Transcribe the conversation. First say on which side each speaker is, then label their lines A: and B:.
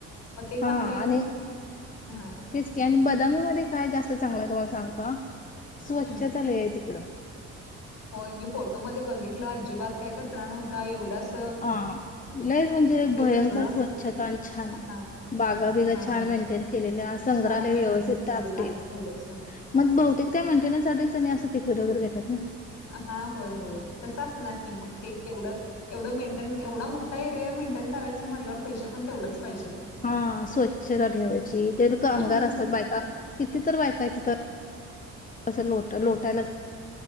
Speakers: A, on the left; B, on the left.
A: हे चांगला
B: हा
A: आहे
B: आणि
A: ना. हां
B: तेच क आणि बदामीमध्ये काय जास्त चांगलं आहे तुम्हाला सांगतो आ. स्वच्छतालय
A: हम्म.
B: आहे तिकडं.
A: होय मी फोटोमध्ये बघितलं अजिबात काय कचरा नवता एवढाच
B: हा लईच म्हणजे भयंकर
A: सगळं.
B: स्वच्छता आणि छान
A: हां
B: बागा बिगा
A: हां
B: छान मेंटेन. केलेल्या संग्रहालय
A: हां मेंटेन
B: व्यवस्थित
A: केलेलं
B: तापटिप
A: आहे थोडसं हां.
B: मग बहुतेक त्यामध्ये मंदिरांसाठीच त्यांनी असं तिकीट वगैरे घेतात ना.
A: हा होय होय तस असणार की मग ते तेवढं एवढं मेंटेन एवढा मोठा एरिया मेंटेन करायचां म्हटल्यावर पैसे पण तेवढंच पाहिजे.
B: हा स्वच्छता ठेवायची ज कामगार
A: हम्म.
B: असतात बायका किती तर बायका आहेत तिथ. कं लोट लोटायला